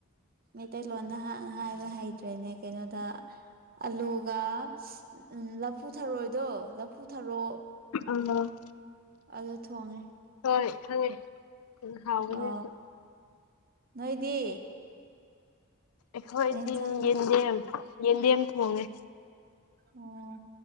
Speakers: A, on the right (about 40°); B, on the left (about 80°).
A: ꯃꯩꯇꯩꯂꯣꯟꯗ ꯍꯥꯡ ꯍꯥꯏꯕ ꯍꯩ ꯑꯗꯨꯠꯇ꯭ꯔꯅꯦ ꯀꯩꯅꯣꯗ ꯑꯂꯨꯒ ꯎꯝ ꯂꯐꯨ ꯊꯥꯔꯣꯑꯣꯗꯣ ꯂꯐꯨ ꯊꯥꯔꯣꯑꯣ
B: ꯑ
A: ꯑꯗꯨ ꯊꯣꯡꯉꯦ
B: ꯍꯣꯏ ꯈꯪꯉꯦ ꯍꯥꯎꯕꯅꯦ
A: ꯑ
B: ꯑꯗꯨ
A: ꯅꯣꯏꯗꯤ
B: ꯑꯩꯈꯣꯏꯗꯤ
A: ꯀꯩ ꯏꯟꯁꯥꯡ
B: ꯌꯦꯟꯗꯦꯝ ꯌꯦꯟꯗꯦꯝ ꯊꯣꯡꯉꯦ
A: ꯑꯣ